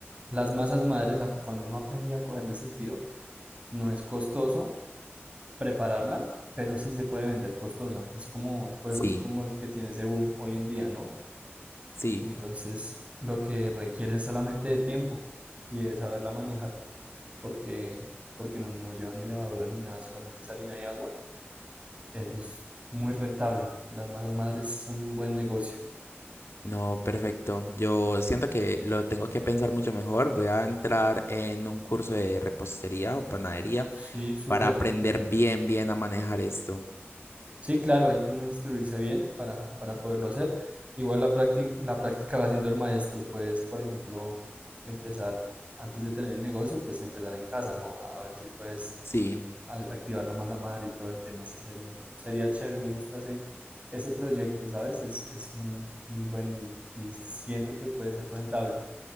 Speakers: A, on the right; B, on the left.
A: las masas madres, ap- cuando uno aprende a cogerles el tiro, no es costoso prepararla, pero sí se puede vender costosa. Es como, es por
B: Sí,
A: eso es como es que tiene ese boom hoy en día, ¿no?
B: sí.
A: Entonces, lo que requiere es solamente de tiempo y de saberla manejar, porque, porque no, no lleva ni levadura ni nada, solamente es harina y agua. Eso es muy rentable. Las masas madres son un buen negocio.
B: No, perfecto. Yo siento que lo tengo que pensar mucho mejor. Voy a entrar en un curso de repostería o panadería
A: Sí, súper,
B: para aprender
A: súper.
B: bien, bien a manejar esto.
A: Sí, claro, hay que uno instruirse bien para, para poderlo hacer. Igual la práctica, la práctica va siendo el maestro. Puedes, por ejemplo, empezar antes de tener el negocio, pues empezar en casa, ¿no? A ver si puedes
B: Sí.
A: activar la masa madre y todo el tema, sí sería, sería chévere, me gusta ese, ese proyecto, ¿sabes? Es, es muy, muy bueno y, y siento que puede ser rentable.